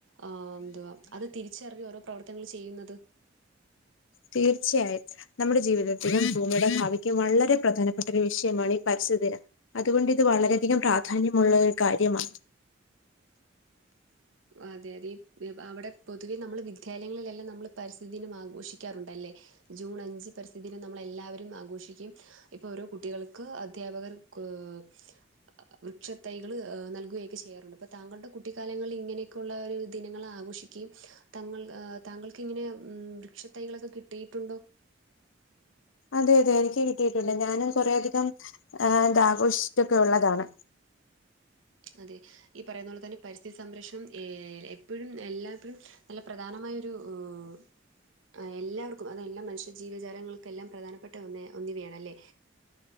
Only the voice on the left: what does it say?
തീർച്ചയായിട്ടും നമ്മുടെ ജീവിതത്തിനും ഭൂമിയുടെ ഭാവിക്കും വളരെ പ്രധാനപ്പെട്ട ഒരു വിഷയമാണ് ഈ പരസ്ഥിതി ദിനം അതു കൊണ്ടിത് വളരെയധികം പ്രാധാന്യമുള്ള ഒരു കാര്യമാ
അതെ അതെ എനിക്ക് കിട്ടിയിട്ടുണ്ട് ഞാനും കൊറെ അധികം ആഹ് ഇതാഘോഷിച്ചിട്ടൊക്കെ ഉള്ളതാണ്